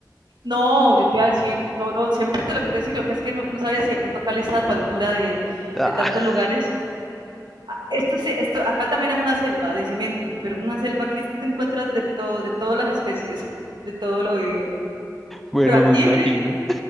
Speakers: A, on the right (about 85°); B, in the centre.
A: No, yo te iba a decir, no, no, siempre te lo quise decir, lo que es que no, no sabía si de pronto Cali está a tu altura de,
B: Ah,
A: de tantos
B: <laughs>
A: lugares. Ah, Esto, sí- esto, acá también es una selva de cemento, pero es una selva aquí te encuentras de todo, de todas las especies, <laughs> de todo lo vivido.
B: bueno,
A: Pero aquí
B: me imagino.
A: venimos